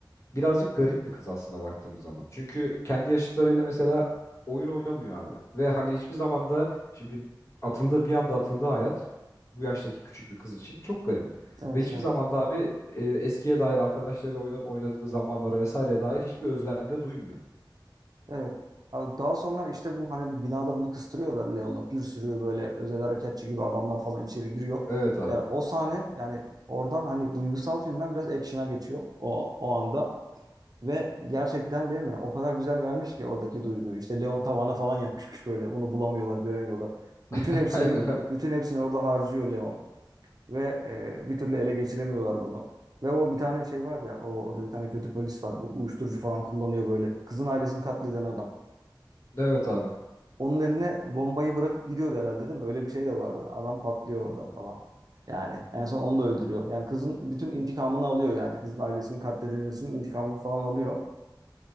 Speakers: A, on the left; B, on the right.
A: birazcık garip bir kız aslına baktığımız zaman. Çünkü kendi yaşıtlarıyla mesela oyun oynamıyor abi. Ve hani hiçbir zaman da şimdi atıldı bir anda atıldı hayat bu yaştaki küçük bir kız için çok garip.
B: Evet.
A: Ve hiçbir zaman da abi e, eskiye dair arkadaşlarıyla oyna- oynadığı zamanlara vesaireye dair hiçbir özlem de duymuyor.
B: Evet. Abi Daha sonra işte bu hani bir binada bunu kıstırıyorlar Leon'u. Bir sürü böyle özel harekatçı gibi adamlar falan içeri giriyor.
A: Evet abi.
B: Yani o sahne yani oradan hani duygusal filmden biraz action'a geçiyor o, o anda. Ve gerçekten değil mi? O kadar güzel vermiş ki oradaki duyguyu. İşte Leon tavana falan yapışmış böyle. Bunu bulamıyorlar, göremiyorlar. Bütün
A: <laughs>
B: hepsini
A: Aynen abi.
B: bütün hepsini orada harcıyor Leon. Ve e, bir türlü ele geçiremiyorlar bunu. Ve o bir tane şey var ya, o, orada bir tane kötü polis var. Bu uyuşturucu falan kullanıyor böyle. Kızın ailesini katleden adam.
A: Evet abi.
B: Onun eline bombayı bırakıp gidiyordu herhalde değil mi? Öyle bir şey de vardı. Adam patlıyor orada falan. Yani en son onu da öldürüyor. Yani kızın bütün intikamını alıyor yani. Kızın ailesinin katledilmesinin intikamını falan alıyor.